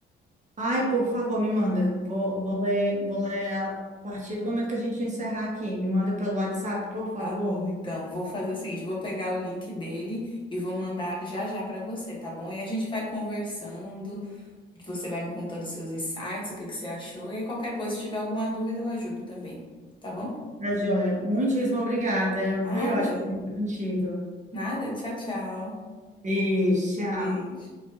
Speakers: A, on the right; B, on the left.
A: Ai, por favor, me manda. Vou, vou ler, vou ler a partir do momento que a gente encerrar aqui. Me manda pelo WhatsApp, por favor.
B: Tá bom, então vou fazer o seguinte, vou pegar o link dele e vou mandar já já pra você, tá bom? E a gente vai conversando. Você vai me contando seus insights, o que que você achou, e aí qualquer coisa, se tiver alguma dúvida, eu ajudo também, tá bom?
A: Tá joia. Muitíssimo obrigada.
B: Nada,
A: Foi ótimo conversar contigo.
B: nada. Tchau, tchau.
A: E tchau.
B: Beijo.